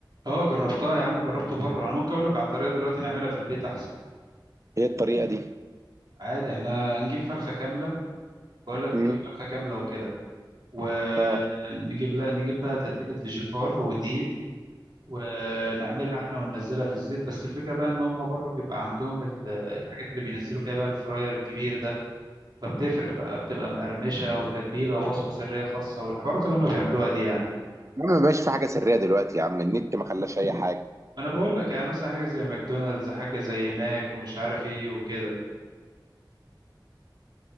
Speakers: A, on the right; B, on the right.
A: اه جربتها يا عم جربته بره انا ممكن اقول لك على طريقة دلوقتي نعملها في البيت احسن
B: هي الطريقة دي
A: عادي احنا هنجيب فرخة كاملة بقول لك
B: امم
A: نجيب فرخة كاملة وكده ونجيب
B: اه
A: لا نجيب بقى تتبيلة فيجيتار ودقيق ونعملها احنا وننزلها في الزيت بس الفكرة بقى ان هم بره بيبقى عندهم ال- الحاجات اللي بينزلوا فيها بقى الفراير الكبير ده فبتفرق بقى بتبقى مقرمشة وتتبيلة ووصفة سرية خاصة والحوارات اللي هم بيعملوها دي يعني
B: يا عم ما بقاش في حاجة سرية دلوقتي يا عم النت ما خلاش أي حاجة
A: ما انا بقول لك يعني مثلا حاجة زي ماكدونالدز حاجة زي ماك ومش عارف ايه وكده